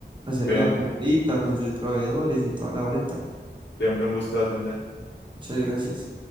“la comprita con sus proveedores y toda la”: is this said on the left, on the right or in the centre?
Right